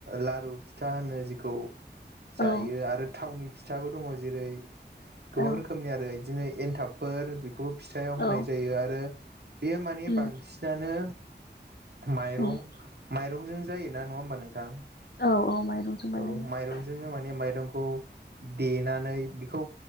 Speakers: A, on the right; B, on the left.
A: लारु फिथा होनो जेखौ जायो
B: औ
A: आरो थावनि फिथाबो दङ जेरै गोबां
B: औ
A: रोखोमनि आरो इदिनो एनथाबफोर बेखौबो फिथायाव होनाय
B: औ
A: जायो आरो। बेयो माने
B: उम
A: बांसिनानो माइरं
B: उम
A: माइरंजों जायोना नङा होमबा नोंथां
B: औ औ माइरंजों बानायो
A: औ माइरंजोंनो माने माइरंखौ देनानै बेखौ